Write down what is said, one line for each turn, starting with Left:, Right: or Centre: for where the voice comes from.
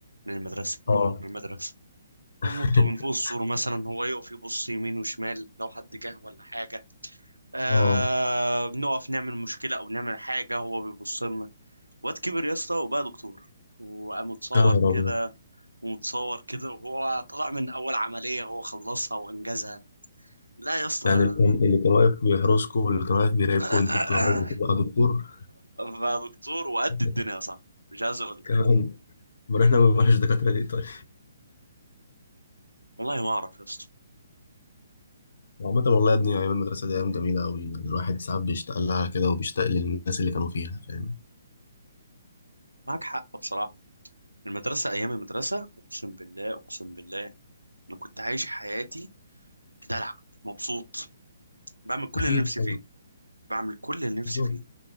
Right: من المدرسه نهرب
Left: اه
Right: من المدرسه بننط
Left: <laughs>
Right: من فوق السور مثلا هو يقف يبص يمين وشمال لو حد جه ولا حاجه آه
Left: اه
Right: بنقف نعمل مشكلة أو نعمل حاجة هو بيبص لنا واد كبر يا اسطى وبقى دكتور وقام متصور
Left: يا نهار
Right: كده
Left: ابيض
Right: ومتصور كده وهو طلع من أول عملية هو خلصها وأنجزها لا يا اسطى
Left: يعني اللي كان اللي كان واقف بيحرسكم واللي كان واقف بيراقبكم
Right: <laughs>
Left: انتوا بتهربوا تبقى دكتور
Right: بقى دكتور وقد
Left: <laughs>
Right: الدنيا صح مش عايز أقول لك
Left: كمان امال احنا ما بنبقاش دكاتره ليه طيب؟
Right: والله ما أعرف يا اسطى
Left: وعامة والله يا ابني ايام المدرسه دي ايام جميله قوي يعني الواحد ساعات بيشتاق لها كده وبيشتاق للناس اللي كانوا فيها فاهم؟
Right: معاك حق بصراحة المدرسة أيام المدرسة أقسم بالله أقسم بالله أنا كنت عايش حياتي بدلع مبسوط بعمل كل
Left: اكيد
Right: اللي نفسي
Left: طبعا
Right: فيه بعمل كل اللي نفسي
Left: بالظبط
Right: فيه